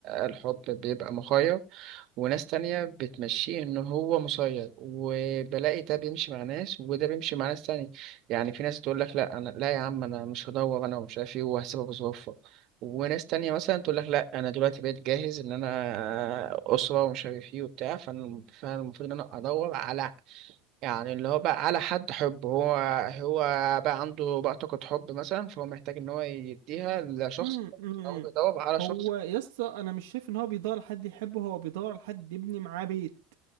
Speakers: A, on the right (about 60°); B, on the right (about 80°).
A: الحب بيبقى مخير وناس تانية بتمشيه ان هو مسير وبلاقي ده بيمشي مع ناس وده بيمشي مع ناس تانية يعني في ناس تقول لك لا انا لا يا عم انا مش هدور انا ومش عارف ايه وهسيبها بظروفها وناس تانية مثلا تقول لك لا انا دلوقتي بقيت جاهز ان انا آه، اسرة ومش عارف ايه وبتاع فانا فأنا المفروض ان انا ادور على يعني اللي هو بقى على حد حب هو هو بقى عنده بقى طاقة حب مثلا فهو محتاج إن هو يديها لشخص
B: امم أمم.
A: أو بيدور على
B: هو
A: شخص
B: يسطا انا مش شايف ان هو بيدور على حد يحبه هو بيدور على حد يبني معاه بيت